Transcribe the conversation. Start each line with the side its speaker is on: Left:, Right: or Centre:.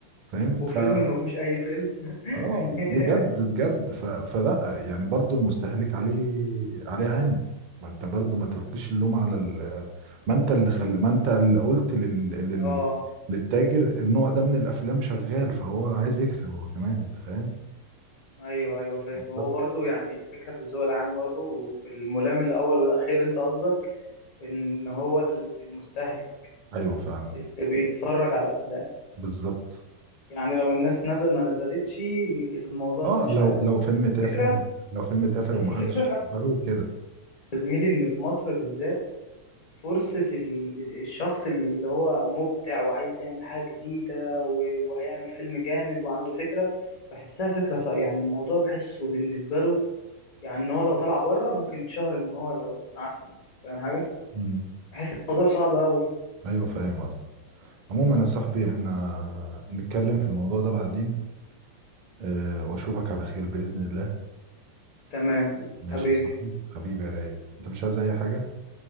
Right: فاهم
Left: وفيلم
Right: ف
Left: ما فيهوش اي فيلم <laughs>
Right: اه بجد بجد ف... فلا يعني برضو المستهلك عليه عليه عامل ما انت برضو ما تلقيش اللوم على ال... ما انت اللي خل... ما انت اللي قلت لل... لل...
Left: اه
Right: للتاجر النوع ده من الافلام شغال فهو عايز يكسب هو كمان انت فاهم
Left: ايوه ايوه فاهم
Right: بالظبط
Left: هو برضو يعني الفكره في الذوق العام برضو والملام الاول والاخير انت قصدك ان هو ال- المستهلك
Right: ايوه فعلا
Left: اللي بيتفرج على الافلام
Right: بالظبط
Left: يعني لو الناس نزل ما نزلتش الموضوع
Right: اه
Left: ده مش
Right: لو
Left: هيحصل
Right: لو فيلم تافه
Left: فكره
Right: لو فيلم تافه
Left: بس
Right: ومحدش
Left: الفكره ان
Right: تقبله
Left: انا
Right: كده
Left: يا زميلي ان في مصر بالذات فرصه ال- ال- الشخص اللي هو مبدع وعايز يعمل حاجه جديده و- وهيعمل فيلم جامد وعنده فكره بحسها فكره ص- يعني الموضوع بحسه بالنسبه له يعني ان هو لو طلع بره ممكن يتشهر ان هو لو قعد في مصر فاهم حاجه
Right: امم
Left: بحس الموضوع صعب قوي
Right: ايوه فاهم قصدك عموما يا صاحبي احنا نتكلم في الموضوع ده بعدين أه واشوفك على خير بإذن الله
Left: تمام
Right: ماشي
Left: حبيبي
Right: يا صاحبي حبيبي يا رايق انت مش عايز اي حاجة